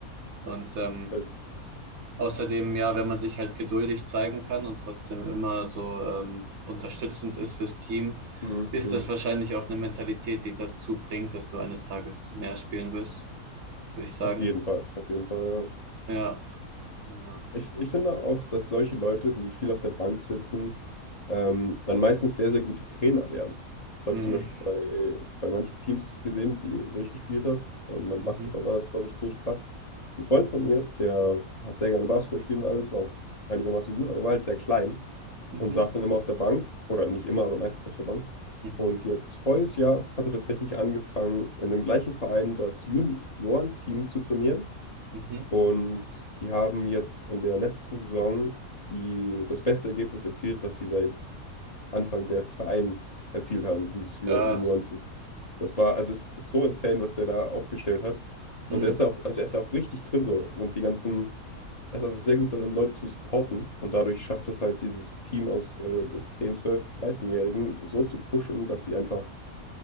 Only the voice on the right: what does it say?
Und ähm,
außerdem, ja, wenn man sich halt geduldig zeigen kann und trotzdem immer so ähm, unterstützend ist fürs Team,
ist
das wahrscheinlich auch eine Mentalität, die dazu bringt, dass du eines Tages mehr spielen wirst, würde ich sagen.
Ja, genau.
Mhm,
mhm,
mhm,
mhm,
mhm.
Krass.
Hm,